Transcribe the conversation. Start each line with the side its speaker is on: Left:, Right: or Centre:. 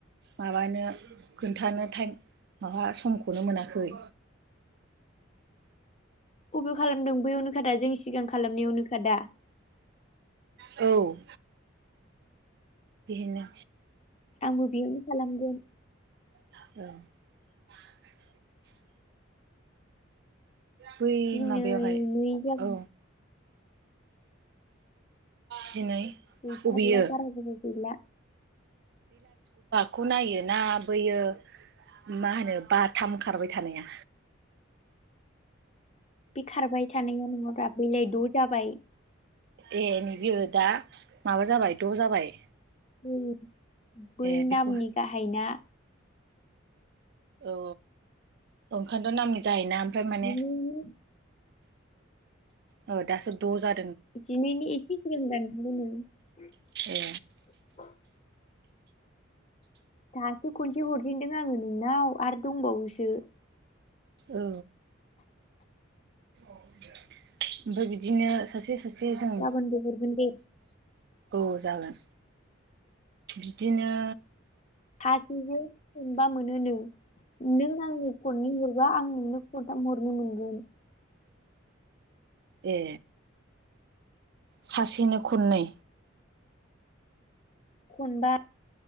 Right: माबानो खोन्थानो टाइम माबा समखौनो मोनाखै।
Left: बबे खालामदों बयावनोखादा जों सिगां खालामनायावनोखादा?
Right: औ। बिनो।
Left: आंबो बेयावनो खालामगोन।
Right: औ बै
Left: दिनै
Right: माबायावहाय
Left: नै जा
Right: औ जिनै।
Left: <unintelligible>
Right: अबेयो खौ नायोना बैयो मा होनो बाथाम खारबाय थानाया।
Left: बे खारबाय थानाया नङाब्रा बैलाय द' जाबाय।
Right: ए नैबेयो दा माबा जाबाय द' जाबाय।
Left: <unintelligible> बै
Right: ए
Left: नामनि
Right: बेखौ
Left: गाहायना।
Right: औ ओंखायथ' नामनि। गाहायना ओमफ्राय माने।
Left: जिनैनि
Right: औ दासो द' जा
Left: जिनैनि एसे सिगां <unintelligible>
Right: ए
Left: दासो खनसे हरजेनदों आङो नोंनाव आरो दंबावोसो।
Right: औ। ओमफाय बिदिनो सासे सासे जों।
Left: गाबोनबो हरगोन दे।
Right: औ जागोन बिदिनो।
Left: खासेजों मोनबा मोनो नो। नों आंनो खननै हरबा आं नोंनो खनथाम हरनो मोनगोन।
Right: ए। सासेनो खननै।
Left: खनबा